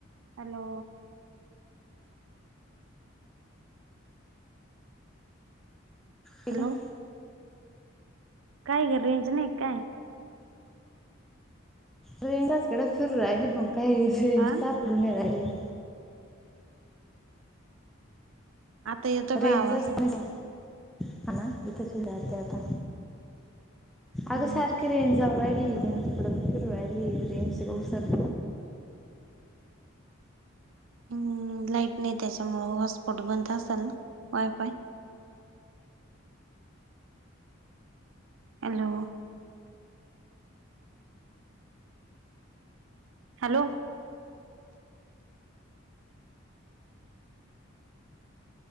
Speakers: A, on the right; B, in the centre.
A: हॅलो
B: ठीक
A: हॅलो काय ग रेंज नाही काय?
B: रेंज असकाडत फिरू राहिली मग काही रेंज
A: हा
B: सापडू नाही राहिली.
A: आता येतो बा
B: रेंजचाच
A: आवाज
B: फायदा हा ना इथंच उभारते आता
A: हम्म
B: अगं सारखी रेंज जाऊ राहिली
A: हम्म
B: इकडून तिकड फिरू राहिली रेंज उसर
A: हम् लाईट नाही त्याच्यामुळ वॉटस्पॉट बंद असल वायफाय हॅलो हॅलो